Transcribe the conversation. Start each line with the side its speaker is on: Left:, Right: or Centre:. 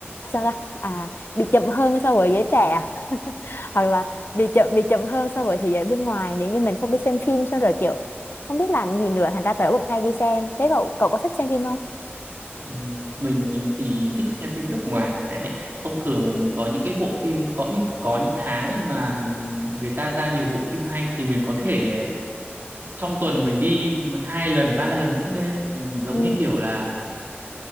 Left: sao ta à bị chậm hơn so với giới trẻ à? hoặc là bị chậm bị chậm hơn so với thế giới bên ngoài nếu như mình không đi xem phim xong rồi kiểu không biết làm gì nữa thành ra tớ vẫn hay đi xem thế cậu cậu có thích xem phim không
Right: Ừ, Mình thì thích xem phim nước ngoài ấy. Thông thường có những cái bộ phim có những có những tháng ấy mà người ta ra nhiều bộ phim hay thì mình có thể trong tuần mình đi hai lần ba lần cũng nên ừ, giống
Left: Ừ.
Right: như kiểu là